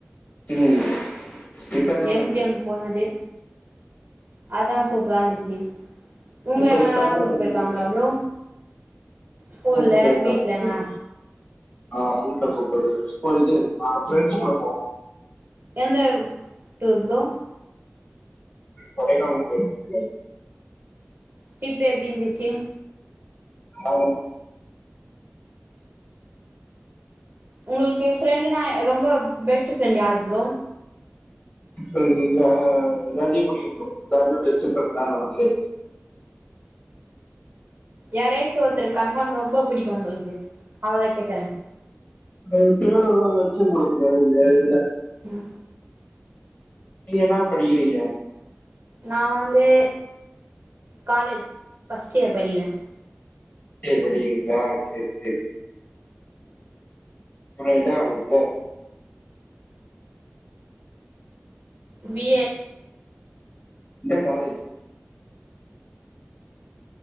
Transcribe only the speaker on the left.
ம் இப்ப என்ன
பண்றீங்க
இப்ப
இப்ப என்ன
படிக்கிறீங்க
கூப்பிட்டு போயிருக்காங்க.
ஆ ஹெல்பர் கூப்ட்டது இப்போ இது ஆ பிரெண்ட்ஸ் கூட போவோ
கொடைக்கானல் போயிருக்கே ப்ரோ
<unintelligible>
ப்ரெண்டுனா எல்லாத்தையு புடிக்கு ப்ரோ எல்லாருமே பெஸ்ட்டு ஃப்ரெண்ட் தா நமக்கு
அவரு பேர் எல்லா வெச்சன் கொ <unintelligible>
நீ என்னா படிக்கிறீங்க
பர்ஸ்ட் இயர் படிக்கீங்களா சேர் சேரி அப்பறோ எந்த காலேஜ்ஜு
எந்த காலேஜ்